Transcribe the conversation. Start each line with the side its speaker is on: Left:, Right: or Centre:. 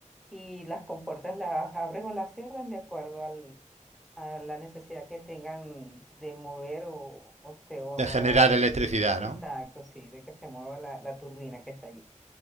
Centre: y las compuertas las abren o las cierran de acuerdo al a la necesidad que tengan de mover o, o, este, o
Right: generar
Centre: no.
Right: electricidad,
Centre: Exacto,
Right: ¿no?
Centre: sí, de que se mueva la, la turbina que está allí.